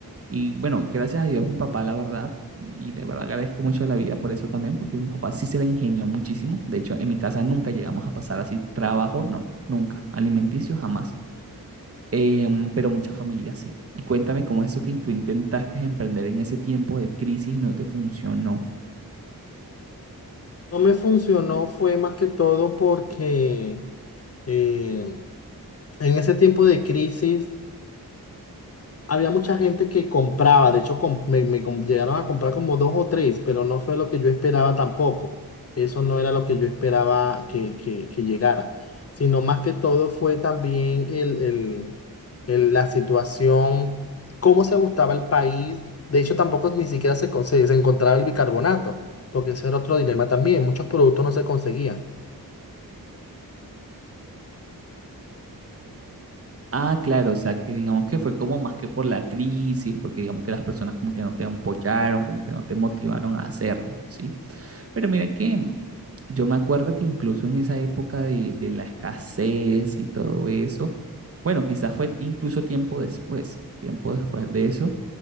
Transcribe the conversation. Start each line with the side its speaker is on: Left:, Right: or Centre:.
Right: Y bueno, gracias a Dios, mi papá, la verdad, y de verdad agradezco mucho a la vida por eso también, porque mi papá sí se la ingenió muchísimo. De hecho, en mi casa nunca llegamos a pasar así trabajo, no, nunca, alimenticio jamás, Em, pero muchas familias sí. Y cuéntame cómo es eso que tú intentaste emprender en ese tiempo de crisis y no te funcionó.
Left: No me funcionó, fue más que todo porque eh, en ese tiempo de crisis había mucha gente que compraba, de hecho com- me, me com- llegaron a comprar como dos o tres, pero no fue lo que yo esperaba tampoco. Eso no era lo que yo esperaba que, que, que llegara, sino más que todo fue también el, el- el- la situación, cómo se gustaba el país. De hecho, tampoco ni siquiera se, con- se se encontraba el bicarbonato, porque eso era otro dilema también. Muchos productos no se conseguían.
Right: Ah, claro, o sea que digamos que fue como más que por la crisis, porque digamos que las personas como que no te apoyaron, como que no te motivaron a hacerlo, ¿sí? Pero mira que mm, yo me acuerdo que incluso en esa época de, de la escasez y todo eso, bueno, quizás fue incluso tiempo después, tiempo después de eso,